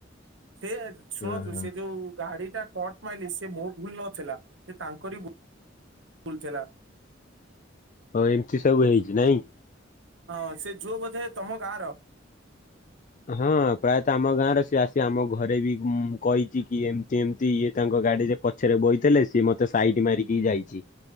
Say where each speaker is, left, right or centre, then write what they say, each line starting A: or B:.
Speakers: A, on the right; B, on the left.
A: ସେ ଶୁଣନ୍ତୁ
B: ହଁ ହଁ
A: ସେ ଯୋଉ ଗାଡିଟା କଟ ମାଇଲି ସେ ମୋ ଭୁଲ ନଥିଲା ସେ ତାଙ୍କରି ଭୁ ଭୁଲ୍ ଥିଲା।
B: ଓ ଏମତି ସବୁ ହେଇଛି ନାଇଁ।
A: ହଁ ସେ ଝୁଅ ବୋଧେ ତମ ଗାଁର।
B: ହଁ ପ୍ରାୟତଃ ଆମ ଗାଁରେ ସିଏ ଆସି ଆମ ଘରେ ବି କହିଛି କି ଏମତି ଏମତି ଇଏ ତାଙ୍କ ଗାଡିରେ ପ ପଛରେ ବଇଥିଲେ ସିଏ ମତେ ସାଇଟ ମାରିକି ଯାଇଛି